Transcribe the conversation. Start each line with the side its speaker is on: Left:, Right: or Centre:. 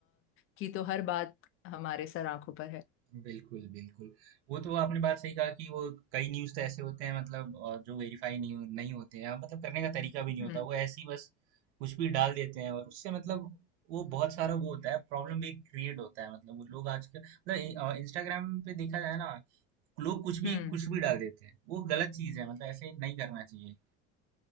Left: की तो हर बात हमारे सर आंखों पर है
Right: बिल्कुल, बिल्कुल। वो तो आपने बात सही कहा कि वो कई न्यूज़ तो ऐसे होते हैं मतलब अ, जो वेरीफ़ाई नहीं हो नहीं होते हैं, हाँ, मतलब करने का तरीका भी नहीं
Left: हम्म
Right: होता। वो ऐसे ही बस कुछ भी डाल देते हैं और उससे मतलब वो बहुत सारा वो होता है, प्रॉब्लम भी क्रिएट होता है। मतलब वो लोग आजकल मतलब इ अ, इंस्टाग्राम पे देखा जाए ना, लोग कुछ
Left: हम्म
Right: भी कुछ भी डाल देते हैं। वो गलत चीज़ है, मतलब ऐसे नहीं करना चाहिए।